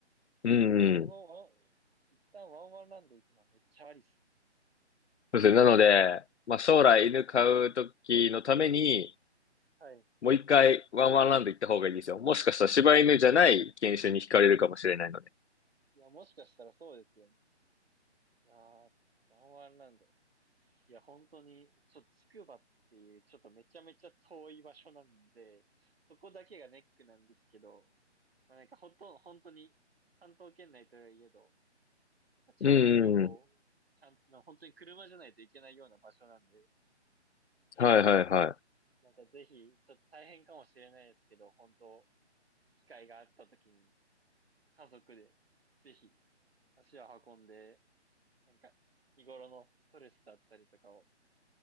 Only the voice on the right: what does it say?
そのワン、一旦ワンワンランド行くのはめっちゃありっすね。
はい。
いや、もしかしたらそうですよね。いやー、ワンワンランド。いや、本当に、ちょっとつくばっていう、ちょっとめちゃめちゃ遠い場所なんで、そこだけがネックなんですけど、まあ、なんかほとんど、本当に、関東圏内といえど、やっぱちゃんと旅行、
ちゃんと、本当に車じゃないといけないような場所なんで、
なんかぜひ、ちょっと大変かもしれないですけど、本当、機会があった時に、家族で、ぜひ、足を運んで、なんか、日頃のストレスだったりとかを